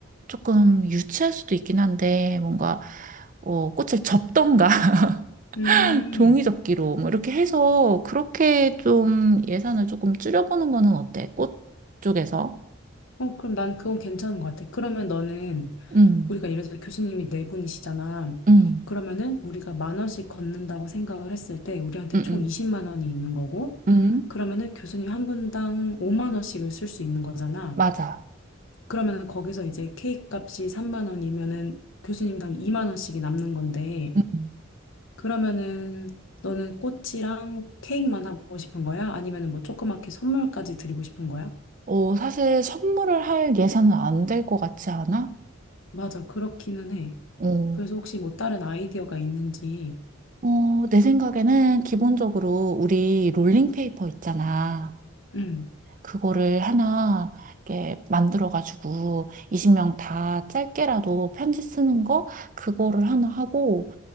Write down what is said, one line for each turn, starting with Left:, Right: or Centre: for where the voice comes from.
Right: 조금 유치할 수도 있긴 한데 뭔가 어, 꽃을 접던가
Left: 음,
Right: <laughs> 종이 접기로 뭐 이렇게 해서 그렇게 좀 예산을 조금 줄여보는 거는 어때? 꽃 쪽에서?
Left: 어, 그럼 난 그건 괜찮은 것 같아. 그러면 너는,
Right: 음,
Left: 우리가 예를 들어 교수님이 네 분이시잖아.
Right: 음,
Left: 그러면은 우리가 만 원씩 걷는다고 생각을 했을 때, 우리한테
Right: 음,
Left: 총
Right: 음.
Left: 20만 원이 있는 거고,
Right: 음.
Left: 그러면은 교수님 한 분당 5만 원씩을 쓸 수 있는 거잖아.
Right: 맞아.
Left: 그러면은 거기서 이제 K값이 3만 원이면은 교수님당 2만 원씩이 남는 건데,
Right: 음.
Left: 그러면은 너는 꽃이랑 케이크만 하고 싶은 거야? 아니면은 뭐 조그맣게 선물까지 드리고 싶은 거야?
Right: 어, 사실 선물을 할 예산은 안 될 것 같지 않아?
Left: 맞아, 그렇기는 해.
Right: 어,
Left: 그래서 혹시 뭐 다른 아이디어가 있는지.
Right: 어, 내 생각에는 기본적으로 우리 롤링페이퍼 있잖아.
Left: 응,
Right: 그거를 하나 이렇게 만들어가지고 20명 다 짧게라도 편지 쓰는 거 그거를 하나 하고